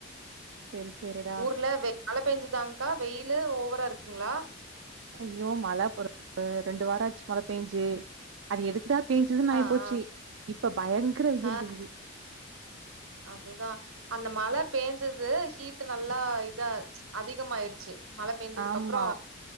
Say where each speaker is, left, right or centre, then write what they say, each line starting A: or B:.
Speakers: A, on the right; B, on the right.
A: சேரி சேரிடா
B: ஊர்ல வெ மழ பெஞ்சுதாங்கா வெயிலு ஓவரா இருக்குங்களா
A: ஐயோ மழ பொ டு ரெண்டு வாரோ ஆச்சு மழ பேஞ்சு அது எதுக்குடா பேஞ்சுதுன்னு ஆய்
B: ஆ
A: போச்சீ
B: ஆ
A: இப்ப பயங்கர வெயில்
B: ஆ
A: பேயிது
B: அதுதா அந்த மழை பேஞ்சுது ஹீட் நல்லா இதா அதிகமாயிருச்சு மழ பேஞ்சதுக்கு
A: ஆமா
B: அப்றோ